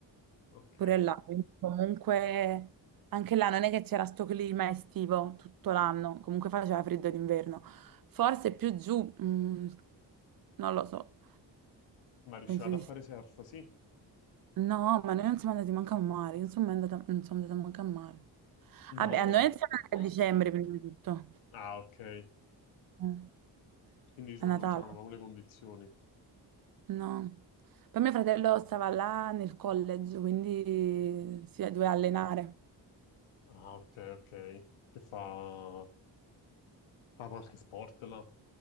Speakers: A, on the left; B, on the right.
A: Ok.
B: pure là, quindi comunque anche là non è che c'era sto clima estivo tutto l'anno, comunque faceva freddo d'inverno. Forse più giù, mm, non lo so,
A: Ma riuscivate
B: penso di
A: a fare
B: sì.
A: surf? Sì.
B: No, ma noi non siamo andati manco a mare, io non sono mai andata, non sono andata manco a mare.
A: No.
B: Vabbè, a noi siamo andati
A: Eh?
B: a dicembre prima di tutto,
A: Ah, ok.
B: Mm.
A: Quindi diciamo
B: a Natale,
A: non c'erano proprio le condizioni.
B: no. Poi mio fratello stava là nel college, quindi si doveva allenare.
A: Ah, ok, ok. Che fa... fa qualche sport là?